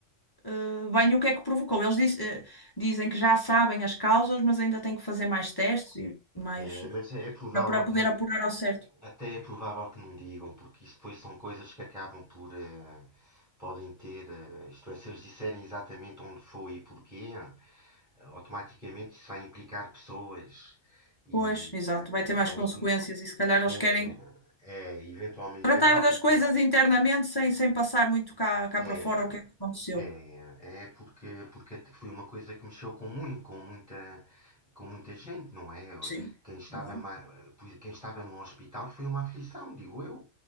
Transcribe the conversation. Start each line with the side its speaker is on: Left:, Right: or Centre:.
Left: eh, bem o que é que provocou. Eles diz- eh, dizem que já sabem as causas, mas ainda têm que fazer mais testes e mais
Centre: Eh, mas é provável
Left: para para poder
Centre: que não,
Left: apurar ao certo.
Centre: até é provável que não digam, porque isso depois são coisas que acabam por eh, podem ter, eh, isto é, se eles disserem exatamente onde foi e porquê, eh, automaticamente isso vai implicar pessoas e
Left: Pois, exato,
Centre: eh,
Left: vai ter mais
Centre: vai
Left: consequências
Centre: implicar,
Left: e se calhar
Centre: é,
Left: eles querem
Centre: é, eventualmente
Left: tratar
Centre: não,
Left: das
Centre: porque
Left: coisas internamente sem, sem passar muito cá, cá
Centre: é,
Left: para fora o que é que aconteceu.
Centre: É, é porque, porque foi uma coisa que mexeu com muito, com muita, com muita gente, não é?
Left: Sim,
Centre: Quem estava,
Left: claro.
Centre: ma- pois, quem estava no hospital foi uma aflição, digo eu.